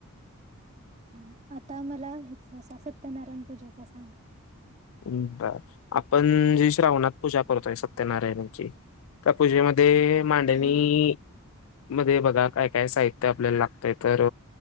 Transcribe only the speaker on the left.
हम्म... बरं, आपण जी श्रावणात पूजा करतोय सत्यनारायणाची त्या पूजेमध्ये मांडणी
मध्ये बघा, काय काय साहित्य आपल्याला लागतंय तर